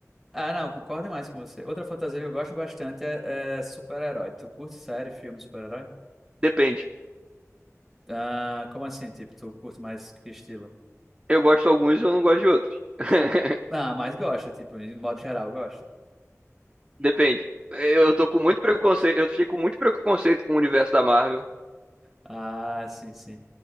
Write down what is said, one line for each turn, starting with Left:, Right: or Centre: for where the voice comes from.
Centre: Ah, não, concordo demais com você. Outra fantasia que eu gosto bastante é, é super-herói. Tu curte série, filme, super-herói?
Right: Depende.
Centre: Ah, como assim? Tipo, tu curte mais que estilo?
Right: Eu gosto de alguns e eu não gosto de outros. <laughs>
Centre: Ah, mas gosta, tipo, de modo geral, gosta.
Right: Depende. Eu tô com muito preconceito, eu fiquei com muito preconceito com o universo da Marvel.
Centre: Ah, sim, sim.